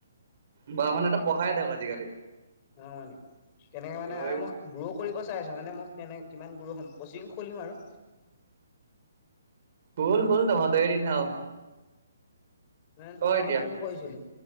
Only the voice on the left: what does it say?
অ মানে তেনেকে মানে
আৰু মই গ্ৰ' কৰিব চাই আছো মানে মই। তেনে কিমান গৰু হম কচিং খুলিম আৰু।
মান
তোমাৰ
ফোন কৰিছিলো